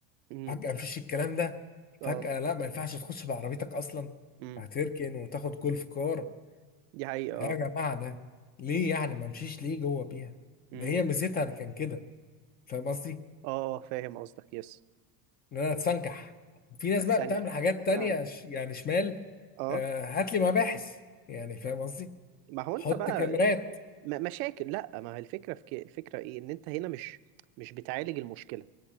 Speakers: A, on the right; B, on the left.
A: امم
B: فجاه مفيش الكلام ده
A: اه
B: فجاه لا ما ينفعش تخش بعربيتك اصلا
A: امم
B: هتركن وتاخد جولف كار
A: دي حقيقة
B: يا
A: اه
B: جماعه ده ليه يعني ما امشيش ليه جوه بيها
A: امم
B: ده هي ميزتها كان كده فاهم قصدي
A: اه آه، فاهم قصدك يس
B: ان انا اتسنكح في ناس
A: تتسنجح
B: بقى بتعمل حاجات
A: اه
B: تانية ش- يعني شمال
A: اه
B: آه، هات لي مباحث يعني فاهم
A: ما هو انت
B: حط
A: بقى
B: كاميرات
A: م- مشاكل لا ما هي الفكرة في كده الفكرة ايه ان انت هنا مش مش بتعالج المشكلة